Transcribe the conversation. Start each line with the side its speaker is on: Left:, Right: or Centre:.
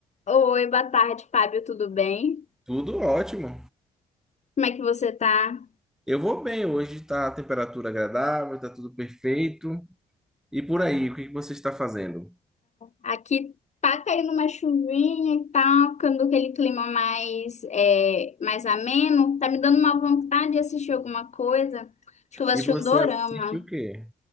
Left: Oi, boa tarde, Fábio, tudo bem?
Centre: Tudo ótimo.
Left: Como é que você tá?
Centre: Eu vou bem hoje, está a temperatura agradável, está tudo perfeito. E por aí, o que que você está fazendo?
Left: Aqui tá caindo uma chuvinha e tá ficando aquele clima mais, é, mais ameno. Tá me dando uma vontade de assistir alguma coisa. Acho que eu vou
Centre: E
Left: assistir
Centre: você
Left: um dorama.
Centre: assiste o quê?